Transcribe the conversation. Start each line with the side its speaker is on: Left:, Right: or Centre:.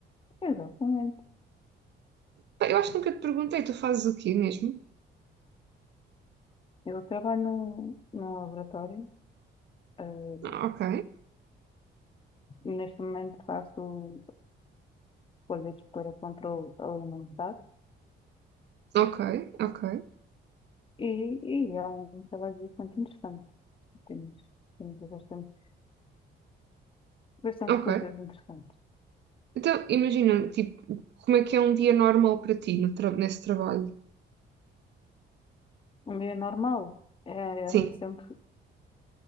Left: Exatamente.
Right: Pá, Eu acho que nunca te perguntei, tu fazes o quê mesmo?
Left: Eu trabalho num, num laboratório, eh,
Right: Ah, Ok,
Left: neste momento faço folhas para controle alimentar
Right: ok, ok,
Left: e, e é um trabalho bastante interessante. Temos, temos bastantes, bastantes
Right: ok.
Left: coisas interessantes.
Right: Então, imagina, tipo, como é que é um dia normal para ti no tra- nesse trabalho?
Left: Um dia normal. É,
Right: Sim.
Left: ando sempre...